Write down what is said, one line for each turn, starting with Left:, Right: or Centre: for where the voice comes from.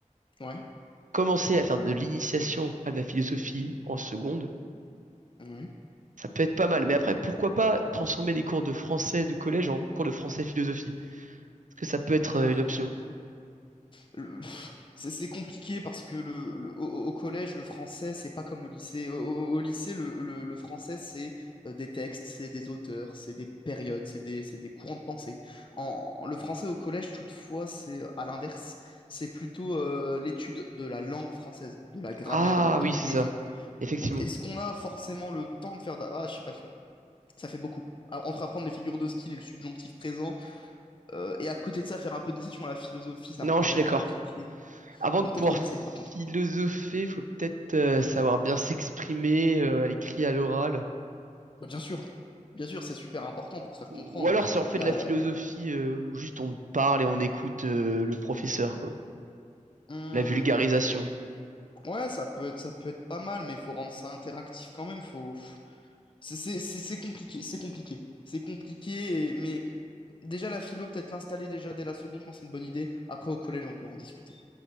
Left: Ouais.
Right: commencer à faire de l'initiation à de la philosophie en seconde
Left: Ouais.
Right: ça peut être pas mal. Mais après, pourquoi pas transformer les cours de français du collège en cours de français philosophie? Est-ce que ça peut être euh,
Left: Euh,
Right: une option?
Left: le- <laughs> c'est c'est compliqué parce que le, le- au, au- collège, le français, c'est pas comme au lycée. Au, au- au lycée, le, le- le français, c'est euh, des textes, c'est des auteurs, c'est des périodes, c'est des, c'est des courants de pensée. En, le français au collège, toutefois, c'est euh, à l'inverse. C'est plutôt euh, l'étude de la langue française, de la grammaire,
Right: Ah
Left: de la conjugaison.
Right: oui, c'est ça. Effectivement.
Left: Donc, est-ce qu'on a forcément le temps de faire... d'a- Ah, je suis pas sûr. Ça fait beaucoup. Ah, Entre apprendre les figures de style et le subjonctif présent, euh, et à côté de ça, faire un peu d'initiation à la philosophie, ça
Right: Non,
Left: me paraît
Right: je suis
Left: compliqué.
Right: d'accord. Avant
Left: Donc
Right: de pouvoir
Left: peut-être au lycée, par contre.
Right: philosopher, faut peut-être euh, savoir bien s'exprimer euh, à l'écrit, à l'oral.
Left: Bah, bien sûr. Bien sûr, c'est super important pour se faire
Right: Ou
Left: comprendre.
Right: alors, c'est en fait
Left: La,
Right: de la
Left: la-
Right: philosophie, euh, où juste on parle et on écoute euh, le professeur, quoi.
Left: Hum,
Right: La vulgarisation
Left: Ouais, ça peut, ça peut être pas mal, mais il faut rendre ça interactif quand même. Faut... pff, C'est c'est- c'est- c'est compliqué, c'est compliqué. C'est compliqué, et- mais déjà la philo, peut-être l'installer déjà dès la seconde, je pense que c'est une bonne idée. Après, au collège, on peut en discuter.